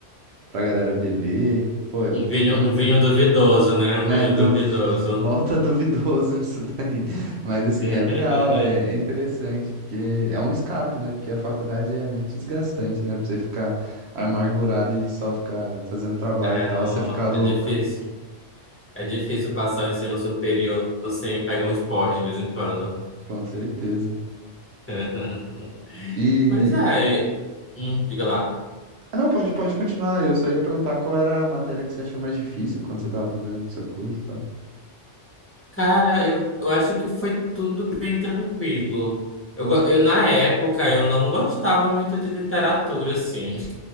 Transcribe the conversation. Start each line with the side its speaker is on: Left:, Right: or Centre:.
Right: pra galera beber. Pô, é muito,
Left: Um vinho,
Right: é muito,
Left: um vinho duvidoso, né? Um
Right: né,
Left: vinho
Right: du-
Left: duvidoso.
Right: bota duvidoso <laughs> nisso daí. Mas assim,
Left: <laughs>
Right: é legal, é, é interessante, porque é um escape, né? Porque a faculdade é muito desgastante, né? Pra você ficar amargurado e só ficar fazendo trabalho
Left: É,
Right: e tal,
Left: não,
Right: você ficar louco,
Left: é difícil. É difícil passar o ensino superior sem pegar uns porres de vez em quando.
Right: com certeza.
Left: <laughs>
Right: E.
Left: Pois é, e- hum, diga lá.
Right: Ah, não, pode, pode continuar. Eu só ia perguntar qual era a matéria que você achou mais difícil quando você tava fazendo o seu curso e tal.
Left: Cara, eu, eu acho que foi tudo bem tranquilo. Eu, go- eu, na época, eu não gostava muito de literatura, assim. <laughs>